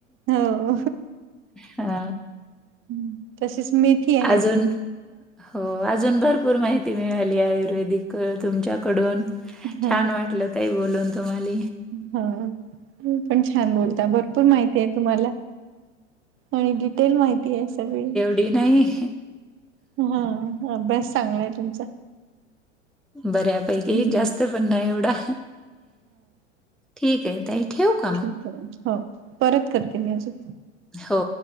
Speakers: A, on the right; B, in the centre.
A: हो
B: हा
A: हम्म. तशीच मेथी आहे
B: आजुन
A: अजून
B: हो अजून भरपूर माहिती मिळाली आयुर्वेदिक तुमच्याकडून
A: हा
B: छान वाटलं तई बोलून तुम्हाला
A: हा त पण छान बोलता भरपूर माइतीय तुम्हाला आणि डिटेल माहितीय सगळी
B: <unintelligible> नइ
A: हा अभ्यास चांगलाय तुमचा
B: बऱ्यापैकी
A: हम्म.
B: जास्त पण नाइ एवडा ठिकेय ताई ठिवू का
A: ठीकेय हो परत करते मी अजून
B: हो